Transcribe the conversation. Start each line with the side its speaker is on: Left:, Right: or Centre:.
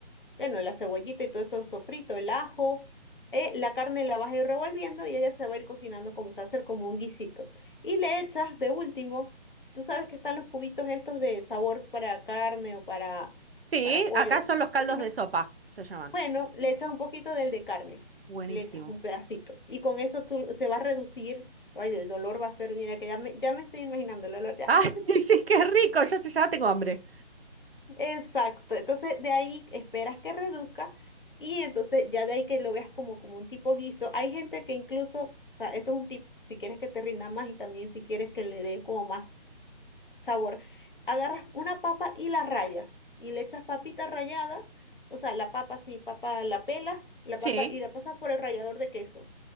Left: bueno, la cebollita y todo eso sofrito, el ajo, eh, la carne la vas a ir revolviendo y ella se va a ir cocinando como se va a hacer como un guisito. Y le echas de último, tú sabes que están los cubitos estos de sabor para carne o para,
Right: Sí,
Left: para pollo,
Right: acá son los caldos
Left: bueno,
Right: de sopa, se llaman.
Left: bueno, le echas un poquito del de carne,
Right: Buenísimo.
Left: le echas un pedacito y con eso tú se va a reducir. Oye, el dolor va a ser, mira que ya me, ya me estoy imaginando el olor ya.
Right: Ay,
Left: <laughs>
Right: <laughs> sí, qué rico, ya, ya tengo hambre.
Left: Exacto, entonces de ahí esperas que reduzca y entonces ya de ahí que lo veas como, como un tipo guiso. Hay gente que incluso, o sea, esto es un tip, si quieres que te rinda más y también si quieres que le dé como más sabor, agarras una papa y la rayas y le echas papita rallada, o sea, la papa sí, papa la pelas, la
Right: Sí,
Left: papa y la pasas por el rallador de queso.